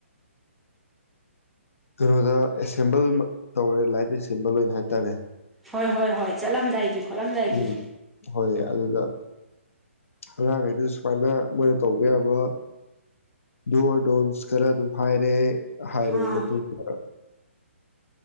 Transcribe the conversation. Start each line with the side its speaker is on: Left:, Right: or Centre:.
Left: ꯀꯩꯅꯣꯗ ꯑꯦꯁꯦꯝꯕꯜ ꯇꯧꯔꯦ ꯂꯥꯏꯠ ꯑꯦꯁꯦꯝꯕꯜ ꯑꯣꯏꯅ ꯍꯥꯏꯇꯥꯔꯦ
Centre: ꯍꯣꯏ ꯍꯣꯏ ꯍꯣꯏ ꯆꯠꯂꯝꯗꯥꯏꯒꯤ ꯈꯣꯠꯂꯝꯗꯥꯏꯒꯤ
Left: ꯎꯝ ꯍꯣꯏ ꯑꯗꯨꯗ ꯑꯉꯥꯡꯈꯩꯗꯨ ꯁꯨꯃꯥꯏꯅ ꯃꯣꯏꯅ ꯇꯧꯕ ꯌꯥꯕ ꯗꯣꯔ ꯗꯣꯟꯁ ꯈꯔ ꯑꯗꯨꯝ ꯍꯥꯏꯔꯦ ꯍꯥꯏꯔꯕ
Centre: ꯑꯥ
Left: ꯃꯇꯨꯡꯗ